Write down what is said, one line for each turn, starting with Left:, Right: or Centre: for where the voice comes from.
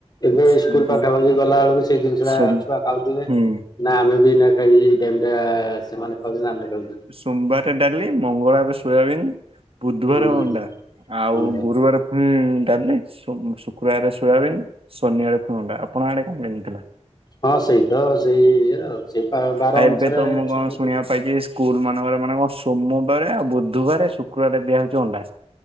Left: ଏବେ
Right: ସବୁ
Left: ସ୍କୁଲ ପାଖାପାଖି ଗଲା ବେଳକୁ ସେଇ ଜିନିଷ
Right: ସୋମ
Left: ଟା ଛୁଆ ଖାଉଥିବେ
Right: ହୁଁ
Left: ନା ଆମେ ବି ନା ଖାଇ ଏଇ ଟାଇମ୍ ଟା ସେମାନେ ଖାଉଛନ୍ତି ଆମେ ଖାଉଛ।
Right: ସୋମବାର ଡାଲି ମଙ୍ଗଳବାର ସୋୟାବିନ୍ ବୁଧବାର
Left: ହୁଁ
Right: ଅଣ୍ଡା ଆଉ
Left: ସନ୍ଧ୍ୟା।
Right: ଗୁରୁବାର ହୁଁ ଡାଲି ଶୁ ଶୁକ୍ରବାରେ ସୋୟାବିନ ଶନିବାର ତ ଅଣ୍ଡା ଆପଣଙ୍କ ଆଡେ କଣ ମିଳିଥିଲା।
Left: ହଁ ସେଇ ତ ସେଇ ଇଏ ଆଉ ସେଇ ବାର
Right: ଆଉ ଏବେ
Left: ଅନୁସାରେ
Right: ତ ମୁଁ
Left: ଛୁଆଙ୍କୁ ଦି
Right: <unintelligible> ସ୍କୁଲ ମାନଙ୍କରେ ମାନେ କଣ ସୋମବାର ଆଉ ବୁଧବାର ଶୁକ୍ରବାର ଦିଆ ହଉଛି ଅଣ୍ଡା।